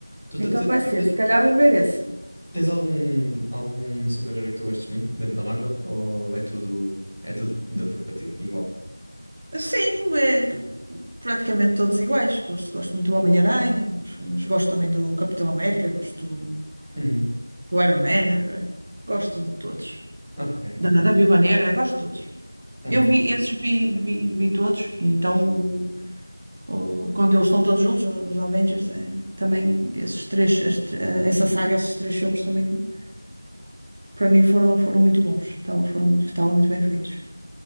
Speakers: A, in the centre; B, on the right.
A: Tu, te-
B: Então
A: te-
B: vai ser,
A: te-
B: se calhar vou ver esse.
A: tens algum, algum super-herói que tu gostes muito dentro da Marvel? Ou é tudo, é tudo neutro para ti? Igual.
B: Sim, é praticamente todos iguais. Gosto, gosto muito do Homem-Aranha, mas, mas gosto também do, do Capitão América, gosto do,
A: Uhum.
B: do Iron Man, eh, gosto de todos.
A: Ok, ok.
B: Da, da Viúva Negra, gosto de todos.
A: Uhum.
B: Eu vi esses, vi, vi, vi todos. Então, o, o- quando eles estão todos juntos, os Avengers, é, também esses três, este- eh, essa saga, esses três filmes também para mim foram, foram muito bons, estavam, foram, estavam muito bem feitos.